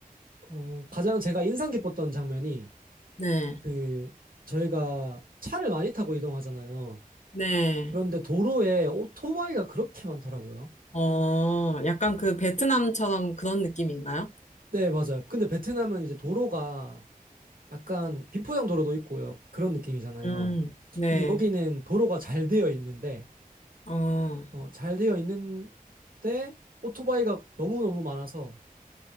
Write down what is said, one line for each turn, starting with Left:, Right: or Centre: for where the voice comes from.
Right: 어, 가장 제가 인상 깊었던 장면이
Left: 네,
Right: 그 저희가 차를 많이 타고 이동하잖아요.
Left: 네.
Right: 그런데 도로에 오토바이가 그렇게 많더라고요.
Left: 어, 약간 그 베트남처럼 그런 느낌인가요?
Right: 네, 맞아요. 근데 베트남은 이제 도로가 약간 비포장 도로도 있고요. 그런 느낌이잖아요.
Left: 음, 네.
Right: 근데 여기는 도로가 잘 되어 있는데
Left: 어,
Right: 어, 잘 되어 있는데 오토바이가 너무너무 많아서